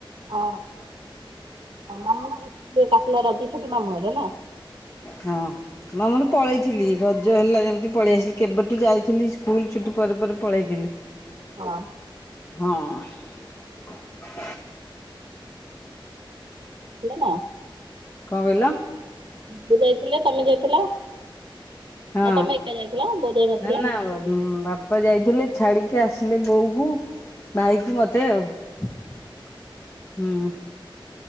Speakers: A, on the right (about 65°); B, on the left (about 30°).
A: ହଁ ମାମର ପିଲା ରଗିଛ ତମ ମୁହଁରେ ନା
B: ହଁ ମାମାନ ପଳେଇଥିଲି ର ଜ ହେଲା ଯେମିତି ପଳେଇ ଆସଥିଲି କେବେଠୁ ଯାଇଥିଲି ସ୍କୁଲ ଛୁଟି ପରେ ପରେ ପଳେଇଥିଲୁ।
A: ହଁ।
B: ହଁ।
A: କ ନା
B: କଣ କହିଲ?
A: ମୁ ଯାଇଥିଲେି ତମେ ଯାଇଥିଲ
B: ହଁ
A: ନା ତମେ ଏକା ଯାଇଥିଲ ବୋଉ ଯାଇନଥିଲେ?
B: ନା ନା ବାପା ଯାଇଥିଲେ ଛାଡିକି ଆସି ଆସିଲେ ବୋଉକୁ ଭାଇ କି ମତେ ଆଉ ହଁ।